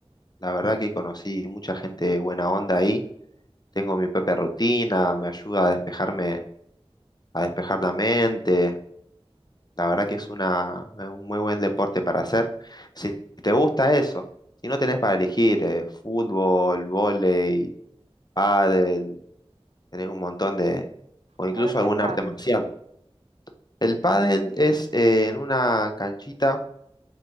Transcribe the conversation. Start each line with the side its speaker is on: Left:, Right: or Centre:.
Left: la verdad que conocí mucha gente buena onda ahí tengo mi propia rutina, me ayuda a despejarme, a despejar la mente. La verdad que es una, es un muy buen deporte para hacer. Si te gusta eso, si no tenés para elegir eh, fútbol, vóley, pádel, tenés un montón de, o incluso
Right: ¿Cuál es
Left: algún
Right: el pádel?
Left: arte marcial. El pádel es eh, en una canchita,